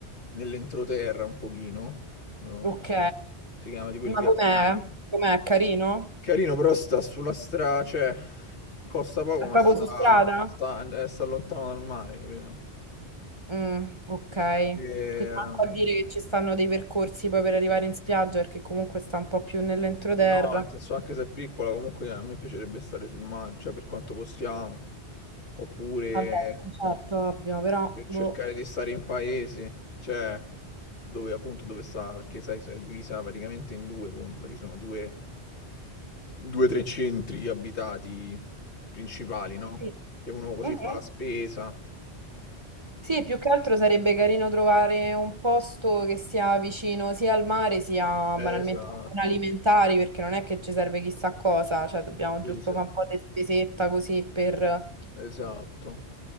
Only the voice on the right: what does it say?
Ok.
Ma
com'è? Com'è? Carino?
È
proprio
su strada?
Mm, ok,
quindi manco a dire che ci stanno dei percorsi poi per arrivare in spiaggia, perché comunque sta un po' più nell'entroterra.
Vabbè, certo, ovvio, però
boh.
Sì.
Mhm.
Sì, più che altro sarebbe carino trovare un posto che sia vicino sia al mare sia banalmente
a zone alimentari, perché non è che ci serve chissà cosa, cioè dobbiamo giusto
fare un po' di spesetta così per...